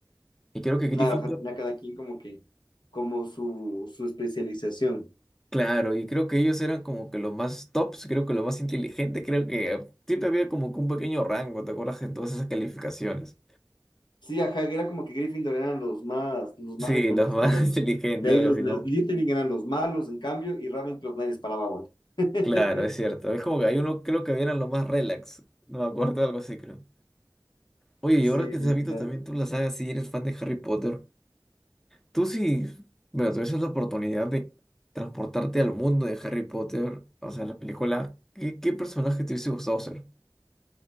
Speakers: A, in the centre; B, on the left (about 80°).
A: Y creo que Gryffindor,
B: Claro, ajá, tenía cada quien como que, como su, su especialización.
A: claro, y creo que ellos eran como que los más tops, creo que los más inteligentes, creo que siempre había como que un pequeño rango, ¿te acuerdas? En todas esas calificacionnes.
B: Sí, ajá, que era como que Gryffindor eran los más, los
A: Sí,
B: más reconocidos,
A: los más <laughs> inteligentes,
B: de ahí
A: algo
B: los,
A: así,
B: los
A: ¿no?
B: Slytherin eran los malos, en cambio, y Ravenclaw nadie les paraba bola. <laughs>
A: Claro, es cierto. Es como que hay uno, creo que eran los más relax, no me acuerdo, algo así, creo. Oye, y
B: Sí,
A: ahora que
B: literal.
A: te has visto también tú la saga, sí, eres fan de Harry Potter. Tú sí, bueno, tuvieses la oportunidad de transportarte al mundo de Harry Potter, o sea, la película, ¿qué, qué personaje te hubiese gustado ser?